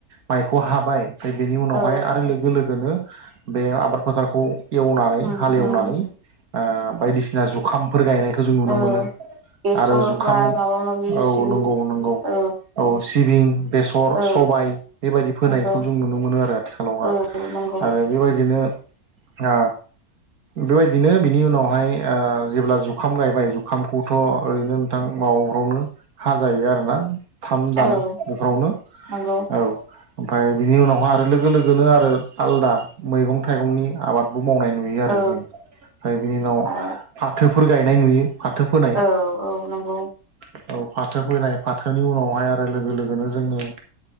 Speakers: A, on the right; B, on the right.
A: माइखौ हाबाय बेनि उनावहाय
B: औ
A: आरो लोगो लोगोनो बे आबाद फोथारखौ एवनानै
B: उम
A: हालवनानै
B: उम
A: ओ बायदिसिना जुखामफोर गायनाय जों नुनो
B: औ
A: मोनो
B: बेसर
A: आरो जुखाम
B: बा माबा माबि
A: औ
B: सिबिं
A: नंगौ नंगौ
B: औ
A: औ सिबिं, बेसर,
B: औ
A: सबाय बेबायदि फोनायखौ
B: नंगौ
A: जों नुनो मोनो आरो आथिखालावहा
B: औ नंगौ
A: आरो बेबायदिनो ओ बेबायदिनो बिनि उनावहाय ओ जेब्ला जुखाम गायबाय जुखामखौथ' ओरैनो नोंथां माव वनो ह जायो आरोना थाम दान
B: औ
A: बेफोरावनो
B: नंगौ
A: औ ओमफ्राय बिनि उनावहाय आरो लोगो लोगोनो आरो आलदा मैगं थाइगंनि आबाद मावनाय नुयो
B: औ
A: आरो जों ओमफ्राय बिनि उनाव
B: औ
A: फाथोफोर गायनाय नुयो फाथो फोनाय
B: औ नंगौ
A: औ औ फाथो फैनाय फाथोनि उनावहाय आरो लोगो लोगोनो जोङो